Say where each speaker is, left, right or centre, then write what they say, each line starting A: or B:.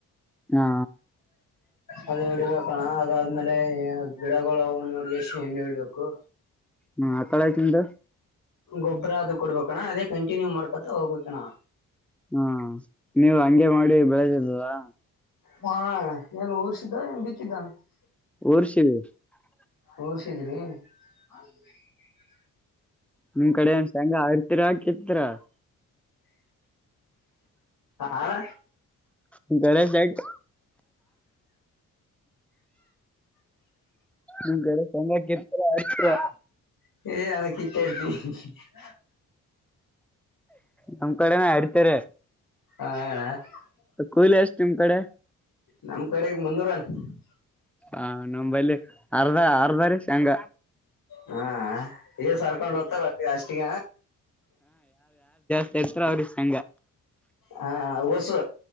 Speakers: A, in the centre; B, on the left.
A: ಹಾ
B: ಅದು ಹೊಡಿಬೇಕಣ ಅದಾದ್ಮೇಲೆ ಗಿಡಗಳ ಅವು ನೋಡಕೆಸಿ <unintelligible> ಎಣ್ಣಿ ಹೊಡಿಬೇಕು.
A: ಹ್ಮ ಆಕಳಾ ಯ್ <unintelligible> ತಿಂದ
B: ಗೊಬ್ಬರ <unintelligible> ಅದೇ ಕಂಟಿನ್ಯೂ ಮಾಡ್ಕೊತಾ ಹೋಗ್ಬೇಕಣ.
A: ಹಾ ನೀವು ಹಂಗೆ ಮಾಡಿ ಬೆಳೆದಿರಿ ಅವಾ <unintelligible>
B: ಹಾ ಏನ್ ಊರ್ಸಿದ್ದ ಏನ್ ಬಿತ್ತಿದ್ದಾ <unintelligible>
A: ಊರ್ಷಿವಿ <unintelligible>
B: ಊರ್ರ್ಸಿದ್ರಿ. ಹೌ <unintelligible>
A: ನಿಮ್ ಕಡೆ ಶ್ಯಾಂಗ <unintelligible> ಎತ್ರ ಕೆತ್ರರ <unintelligible>
B: ಅಣ್ಣ
A: ನಿಮ್ ಕಡೆ ಶೇಂಗ್ ನಿಮ್ ಕಡೆ ಶೇಂಗ ಕಿತ್ತೀರಾ ಆಡ್ತೀರಾ
B: <unintelligible> <unintelligible> <unintelligible>
A: ನಮ್ ಕಡೆ ಆಡ್ತಾರೆ
B: ಹ ಹ <unintelligible>
A: ಕೂಲಿ ಎಷ್ಟ್ ನಿಮ್ ಕಡೆ
B: ನಮ್ ಕಡೆಗೆ ಮುನ್ನೂರ <unintelligible>
A: ಹಾ ನಂಬಲ್ಲಿ ಅರುವೆ <unintelligible> ಅರೆವರೆ ಶೇಂಗಾ
B: ಹ್ಮ <unintelligible> ಏ <unintelligible> ಸರ್ಕೊಂಡು ಹೋಗ್ತಾರೆ ಅ ಅಷ್ಟಗ
A: ತ್ರ <unintelligible> ಅವರಿಗೆ ಸಂಘ
B: ಹಾ ಊಸು